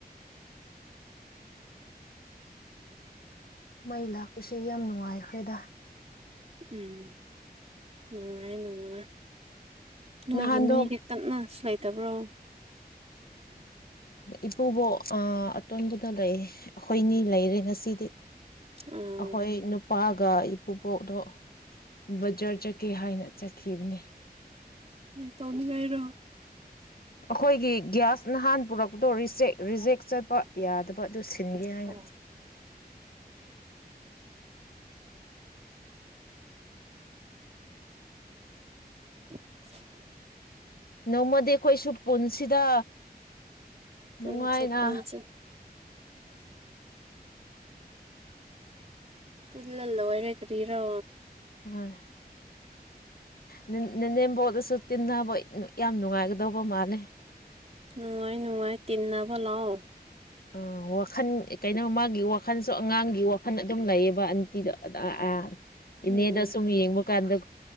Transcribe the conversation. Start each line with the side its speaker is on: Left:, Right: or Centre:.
Left: ꯃꯩ ꯂꯥꯛꯄꯁꯦ ꯌꯥꯝ ꯅꯨꯡꯉꯥꯏꯈ꯭ꯔꯦꯗ
Right: ꯎꯝ ꯅꯨꯡꯉꯥꯏ ꯅꯨꯡꯉꯥꯏ ꯅꯣꯏꯒꯤ
Left: ꯅꯍꯥꯟꯗꯣ
Right: ꯃꯤꯗꯤ ꯀꯟꯅꯁꯨ ꯂꯩꯇꯕ꯭ꯔꯣ
Left: ꯏꯄꯨꯕꯣꯛ ꯑꯇꯣꯟꯕꯗꯣ ꯂꯩ ꯑꯩꯈꯣꯏꯅꯤ ꯂꯩꯔꯦ ꯉꯁꯤ
Right: ꯎꯝ
Left: ꯑꯩꯈꯣꯏ ꯅꯨꯄꯥ ꯒ ꯏꯄꯨꯄꯣꯛꯗꯣ ꯕꯖꯔ ꯆꯠꯀꯦ ꯍꯥꯏꯅ ꯆꯠꯈꯤꯕꯅꯤ
Right: ꯇꯧꯅꯤꯡ ꯉꯥꯏꯔꯣ
Left: ꯑꯩꯈꯣꯏꯒꯤ ꯒ꯭ꯌꯥꯁ ꯅꯍꯥꯟ ꯄꯨꯔꯛꯄꯗꯣ ꯔꯤꯖꯦꯛ ꯆꯠꯄ ꯌꯥꯗꯕ ꯑꯗꯨ ꯁꯤꯟꯒꯦ ꯍꯥꯏꯅ
Right: ꯑꯣ
Left: <inaudible>
Right: <inaudible>
Left: ꯅꯣꯡꯃꯗꯤ ꯑꯩꯈꯣꯏꯁꯨ ꯄꯨꯟꯁꯤꯗ
Right: ꯄꯨꯟꯁꯤ
Left: ꯅꯨꯡꯉꯥꯏꯅ
Right: ꯄꯨꯟꯁꯤ ꯄꯨꯜꯂ ꯂꯣꯏꯔꯦ ꯀꯔꯤꯔꯣ
Left: ꯑꯥ ꯅꯟ ꯅꯅꯦꯝꯕꯣꯛꯁꯨ ꯑꯗꯨ ꯁꯨ ꯇꯤꯟꯅꯕ ꯌꯥꯝ ꯅꯨꯡꯉꯥꯏꯒꯗꯧꯕ ꯃꯥꯜꯂꯦ
Right: ꯅꯨꯡꯉꯥꯏ ꯅꯨꯡꯉꯥꯏ ꯇꯤꯟꯅꯕ ꯂꯥꯛꯑꯣ
Left: ꯑꯥ ꯋꯥꯈꯜ ꯀꯩꯅꯣ ꯃꯥꯒꯤ ꯋꯥꯈꯜꯁꯨ ꯑꯉꯥꯡꯒꯤ ꯋꯥꯈꯜ ꯑꯗꯨꯝ ꯂꯩꯌꯦꯕ ꯑꯟꯇꯤꯗ ꯑ ꯑꯥ ꯏꯅꯦꯗ
Right: ꯎꯝ
Left: ꯁꯨꯝ ꯌꯦꯡꯕ ꯀꯥꯟꯗ